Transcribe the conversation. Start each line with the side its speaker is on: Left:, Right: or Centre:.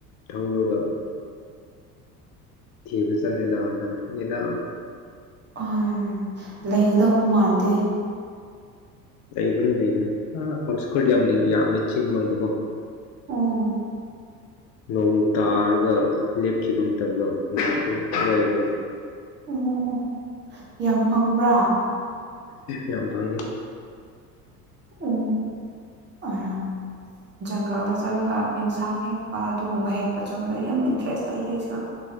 Left: ꯊꯧꯔꯒ ꯊꯤꯕ ꯆꯠꯂꯦꯗ ꯌꯥꯝ ꯐꯪꯉꯦꯗ
Right: ꯑ ꯂꯩꯀꯗꯕ ꯃꯥꯥꯟꯗ
Left: ꯂꯩꯕꯅꯤ ꯂꯩꯕꯅꯦ ꯑꯥꯎꯠ ꯏꯁꯀꯣꯔ ꯌꯥꯝ ꯌꯥꯝꯃꯦ ꯆꯤꯡ ꯃꯣꯏꯗꯀꯣ
Right: ꯎꯝ
Left: ꯅꯣꯡ ꯇꯥꯔꯒ ꯂꯦꯞꯈꯤꯕ ꯃꯇꯝꯗꯣ ꯑꯗꯨꯂꯣꯏꯑꯕ ꯌꯥꯏ
Right: ꯎꯍꯣ ꯑꯣ ꯌꯥꯝ ꯐꯪꯕ꯭ꯔꯥ
Left: ꯌꯥꯝ ꯐꯪꯉꯤ
Right: ꯎ ꯑ ꯪꯒꯜꯗ ꯆꯂꯒ ꯏꯟꯁꯥꯟ ꯍꯦ ꯑꯗꯨꯒꯨꯝꯕ ꯍꯦꯛꯄ ꯆꯠꯄꯗꯣ ꯌꯥꯝ ꯏꯟꯇꯔꯦꯁ ꯂꯩ ꯑꯩꯁꯨ